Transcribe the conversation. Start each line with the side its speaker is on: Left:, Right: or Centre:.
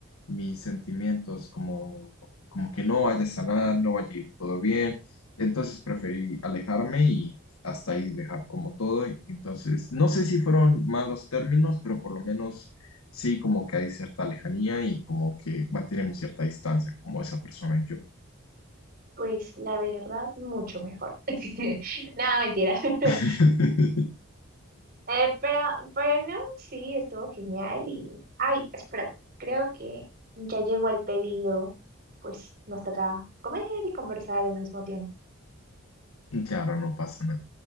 Left: mis sentimientos como, como que no vaya a sanar, no vaya a ir todo bien. Entonces preferí alejarme y hasta ahí dejar como todo. Y entonces, no sé si fueron malos términos, pero por lo menos sí como que hay cierta lejanía y como que mantenemos cierta distancia, como esa persona y yo.
Right: Pues la verdad, mucho mejor. <laughs> Nada, mentira. <laughs>
Left: <laughs>
Right: Eh, pero, pero no, sí, estuvo genial y... Ay, espérate, creo que ya llegó el pedido, pues nos toca comer y conversar al mismo tiempo.
Left: Claro, no pasa nada.